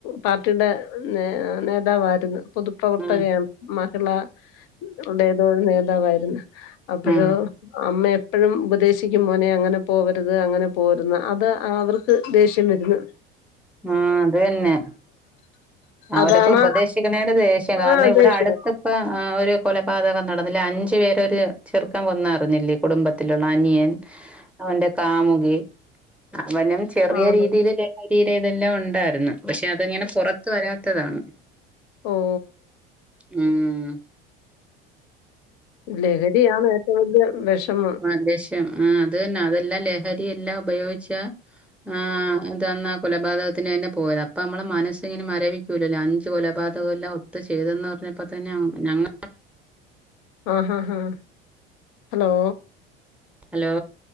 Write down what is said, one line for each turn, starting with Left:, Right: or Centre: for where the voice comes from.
Left: പാർട്ടിടെ നേ നേതാവായ്ര്ന്ന് പൊതു പ്രവർത്തകയാണ്
Centre: ഉം
Left: മഹിളാ ടേതോ ഒരു നേതാവായ്ര്ന്ന് അപ്പെഴോ
Centre: ഉം
Left: അമ്മെ പ്പെഴും ഉപദേശിക്കും മോനെ അങ്ങെനെ പോവര്ത് അങ്ങെനെ പോവര്ത്‌ന്ന്‌ അത് അവർക്ക് ദേഷ്യം വെര്ന്ന്
Centre: ആഹ് ത് തെന്നെ അവര്ക്ക്
Left: അതാണ്
Centre: ഉപദേശിക്ക്ണേന് ദേശ്യാ കാര്ണം
Left: ആ
Centre: ഇവ്ടെ
Left: ദേഷ്യം
Centre: അട്ത്ത് പ്പാ ആഹ് ഒര് കൊലപാതകം നടന്നില്ലെ അഞ്ച് പേരെ ഒര് ചെർക്കൻ കൊന്നർഞ്ഞില്ലെ കുടുംബ ത്തിലുള്ള അനിയൻ അവന്റെ കാമുകി അവനും ചെറിയെ
Left: ആ ആണ്
Centre: രീതിയില് ലെ തീരെ ഇതെല്ലാം ഉണ്ടായ്ര്ന്ന് പക്ഷെ അത്ങ്ങെനെ പാെറത്ത് വരാത്തതാണ്
Left: ഓഹ്
Centre: ഊം
Left: ലഹരിയാണ് ഏറ്റവും വല്യ വെഷം
Centre: ആഹ് വെഷം ആഹ് അത് തന്നാ അതെല്ലാം ലഹരിയെല്ലാം ഉപയോഗിച്ചാ ആഹ് അത് അന്നാ കൊലപാതകത്തിനെന്നെ പോയെത് അപ്പം അമ്മളെ മനസിങ്ങനെ മരവി ക്കൂലല്ലോ അഞ്ച് കൊലപാതകെല്ലാം ഒത്ത് ചെയ്തെന്ന് പർഞ്ഞപ്പതന്നെ ഞങ്ങ
Left: ആഹ് ഹാഹ് ഹാഹ് ഹലോ
Centre: ഹലോ